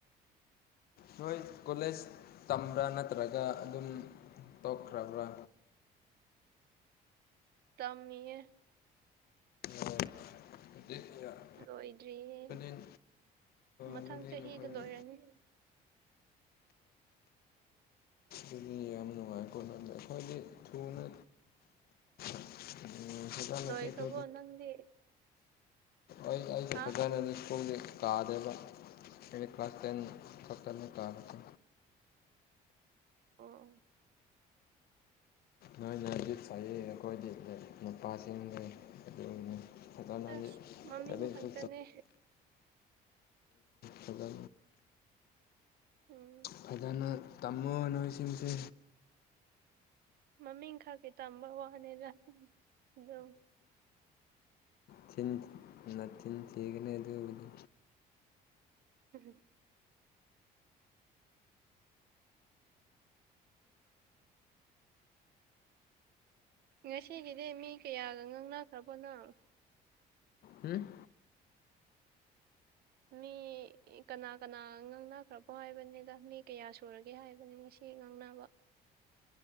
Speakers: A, on the left; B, on the right.
A: ꯅꯣꯏ ꯀꯣꯂꯦꯖ ꯇꯝꯕ꯭ꯔꯥ ꯅꯠꯇ꯭ꯔꯒ ꯑꯗꯨꯝ ꯇꯣꯛꯈ꯭ꯔꯕ꯭ꯔꯥ
B: ꯇꯝꯃꯦ
A: ꯑꯣ <inaudible>
B: ꯂꯣꯏꯗ꯭ꯔꯤꯌꯦ
A: ꯑꯣ
B: ꯃꯊꯪ
A: ꯑꯗꯨꯗꯤ
B: ꯆꯍꯤꯗ
A: ꯅꯈꯣꯏꯗꯤ
B: ꯂꯣꯏꯔꯅꯤ <inaudible>
A: ꯑꯗꯨꯗꯤ ꯌꯥꯝ ꯅꯨꯡꯉꯥꯏꯀꯣꯗ ꯑꯩꯈꯣꯏꯗꯤ ꯊꯨꯅ <inaudible> ꯎ ꯁꯖꯅꯠꯇꯀ
B: ꯂꯣꯏꯈ꯭ꯔꯕꯣ ꯅꯪꯗꯤ
A: ꯑꯩ ꯑꯩꯁꯨ
B: ꯍꯥ
A: ꯐꯖꯅꯗꯤ ꯏꯁ꯭ꯀꯣꯜꯁ ꯇꯥꯗ꯭ꯔꯦꯕ ꯑꯩꯅ ꯀ꯭ꯂꯥꯁ ꯇꯦꯟ ꯐ ꯇꯦꯜ ꯇꯥꯕꯁ
B: ꯑꯣ ꯑꯣ
A: ꯅꯣꯏꯅ ꯉꯟꯅ ꯆꯥꯏꯌꯦ ꯑꯩꯈꯣꯏꯗꯤ ꯅꯨꯄꯥꯁꯤꯡ ꯂꯩ ꯑꯗꯨꯒꯤꯅꯦ ꯐꯖꯣꯏꯁ
B: ꯑꯁ ꯃꯃꯤꯡ ꯈꯛꯇꯅꯦ
A: ꯐꯖ
B: ꯎꯝ
A: ꯐꯖꯅ ꯇꯝꯃꯨ ꯅꯣꯏꯁꯤꯡꯁꯦ
B: ꯃꯃꯤꯡ ꯈꯛ ꯀꯩ ꯇꯝꯕ ꯋꯥꯅꯤꯗ ꯑꯗꯨꯝ
A: ꯆꯤꯟ ꯅꯆꯤꯟ ꯊꯤꯒꯅꯤ ꯑꯗꯨꯕꯨꯗꯤ
B: ꯍꯨꯝ ꯍꯨꯝ ꯉꯁꯤꯒꯤꯗꯤ ꯃꯤ ꯀꯌꯥꯒ ꯉꯥꯡꯅꯈ꯭ꯔ ꯍꯣꯠꯅꯔꯅꯣ
A: ꯍꯝ
B: ꯃꯤ ꯀꯅꯥ ꯀꯅꯥ ꯉꯥꯡꯅꯈ꯭ꯔꯕꯣ ꯍꯥꯏꯕꯅꯤꯗ ꯃꯤ ꯀꯌꯥ ꯁꯨꯔꯒꯦ ꯍꯥꯏꯕꯅꯤ ꯉꯁꯤ ꯉꯥꯡꯅꯕ